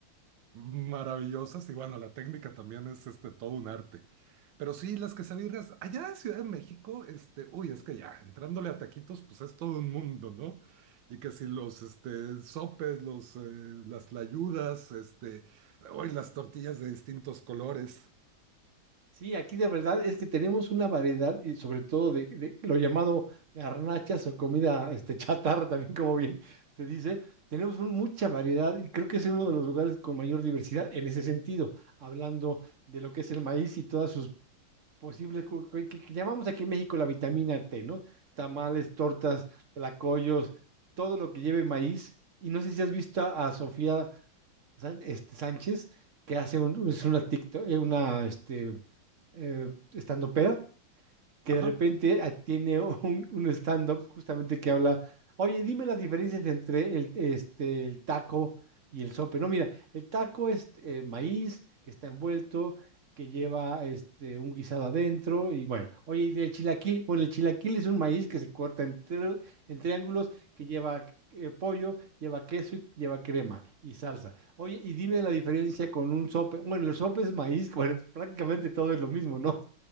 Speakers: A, on the right; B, on the right.
A: maravillosas y bueno, la técnica también es este todo un arte. Pero sí, las quesadillas allá en Ciudad de México, este, uy, es que ya entrándole a taquitos, pues es todo un mundo, ¿no? Y que si los este, sopes, los, eh, las tlayudas, este, uy, las tortillas de distintos colores.
B: Sí, aquí de verdad es que tenemos una variedad y sobre todo de, de lo llamado garnachas o comida este, chatarra, también como bien se dice, tenemos un- mucha variedad y creo que es uno de los lugares con mayor diversidad en ese sentido, hablando de lo que es el maíz y todas sus posibles, cu- cu- que, que llamamos aquí en México la vitamina T, ¿no? Tamales, tortas, tlacoyos, todo lo que lleve maíz. Y no sé si has visto a, a Sofía Sán- este, Sánchez, que hace un- es una TikTok, eh, una, este, eh, estandopera que
A: Ajá,
B: de repente ah, tiene un, un stand-up justamente que habla, oye, dime las diferencias entre el, este, el taco y el sope. No, mira, el taco es eh, maíz que está envuelto, que lleva este, un guisado adentro y bueno, oye, ¿y el chilaquil, bueno, el chilaquil es un maíz que se corta en, tri- en triángulos, que lleva... eh, pollo, lleva queso y lleva crema y salsa. Oye, y dime la diferencia con un sope. Bueno, el sope es maíz, <laughs> bueno, es prácticamente todo es lo mismo, ¿no?